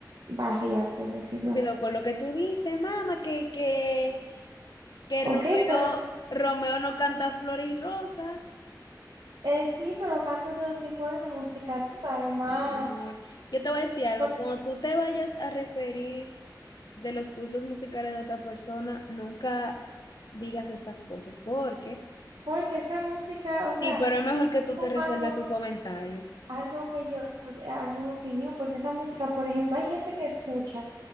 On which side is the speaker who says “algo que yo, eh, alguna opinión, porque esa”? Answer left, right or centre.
Right